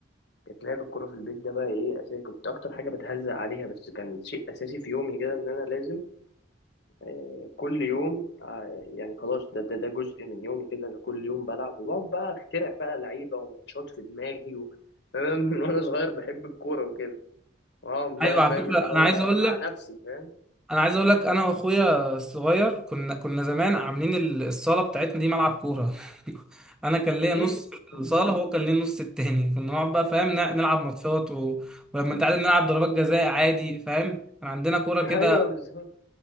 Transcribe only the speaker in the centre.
ايوه
على فكره
انا عايز اقول
لك
انا عايز اقول لك انا واخويا الصغير كنا كنا زمان عاملين ال- الصاله بتاعتنا دي ملعب كوره <laughs> انا كان ليا
نص
الصاله هو كان ليه النص التاني كنا نقعد بقى فاهم نع- نلعب ماتشات و... ولما انت عارف نلعب ضربات جزاء عادي فاهم كان عندنا كوره كده